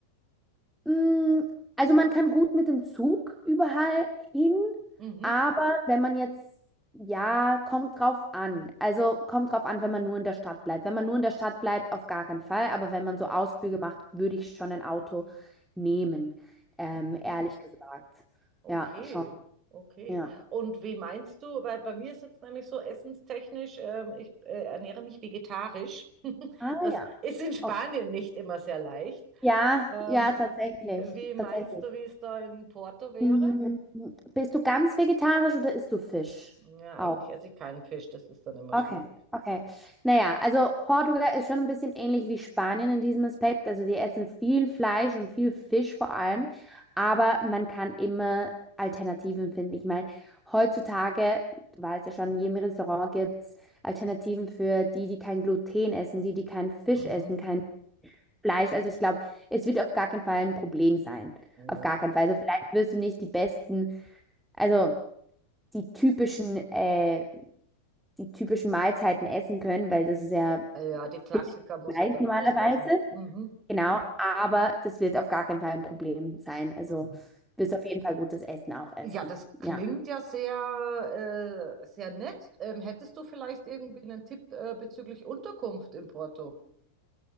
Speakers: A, in the centre; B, on the right.
A: Mm, Also man kann gut mit dem Zug überall hin,
B: Mhm.
A: aber wenn man jetzt, ja, kommt drauf an. Also kommt drauf an, wenn man nur in der Stadt bleibt. Wenn man nur in der Stadt bleibt, auf gar keinen Fall. Aber wenn man
B: Mhm.
A: so Ausflüge macht, würde ich schon ein Auto nehmen, ähm,
B: Mhm.
A: ehrlich gesagt.
B: Okay.
A: Ja, schon.
B: Okay.
A: Ja.
B: Und wie meinst du, weil bei mir ist jetzt nämlich so essenstechnisch, ähm, ich äh, ernähre mich vegetarisch. <laughs>
A: Ah
B: Das
A: ja.
B: ist in Spanien
A: Okay.
B: nicht immer sehr leicht.
A: Ja,
B: Ähm,
A: ja, tatsächlich.
B: wie meinst
A: Tatsächlich.
B: du, wie es da in Porto wäre?
A: Mm, Bist du ganz vegetarisch oder isst du Fisch?
B: Ja,
A: Auch.
B: eigentlich esse ich keinen Fisch, das ist dann immer
A: Okay,
B: schwierig.
A: okay. Naja, also Portugal ist schon ein bisschen ähnlich wie Spanien in diesem Aspekt. Also sie essen viel Fleisch und viel Fisch vor allem, aber man kann immer Alternativen finden. Ich meine, heutzutage, du weißt ja schon, in jedem Restaurant gibt es Alternativen für die, die kein Gluten essen, die, die keinen Fisch
B: Mhm.
A: essen, kein Fleisch. Also ich glaube, es wird auf gar keinen Fall ein Problem sein.
B: Ja.
A: Auf gar keinen Fall. Also vielleicht wirst du nicht die besten, also die typischen äh, die typischen Mahlzeiten essen können, weil das ist ja
B: Ja, die Klassiker
A: Fisch
B: muss
A: gleich
B: ich dann
A: normalerweise.
B: auslassen. Mhm.
A: Genau, aber das wird auf gar keinen Fall ein Problem sein. Also
B: Mhm.
A: wirst auf jeden Fall gutes Essen auch essen.
B: Ja, das klingt
A: Ja.
B: ja sehr, äh, sehr nett. Ähm, hättest du vielleicht irgendwie einen Tipp äh, bezüglich Unterkunft in Porto?